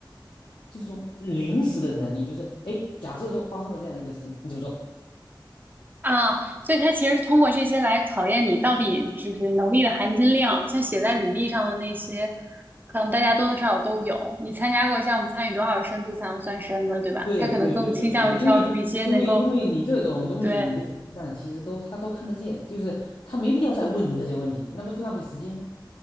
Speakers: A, on the left; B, on the right.
A: 就是这种临时的能力，就是哎，假设说发生了这样一个事情，你怎么做？
B: 啊，所以他其实是通过这些来考验你到底就是能力的含金量，像写在履历上的那些，可能大家多多少少都有。你参加过项目，参与多少深度才能算深的，对吧？
A: 对对对对对对，
B: 他可能更倾向于挑出一些能够，
A: 因为。因为因为你这种东西，
B: 对，
A: 你的简历上其实都他都看得见，就是他没必要再问你这些问题，那不是浪费时间吗？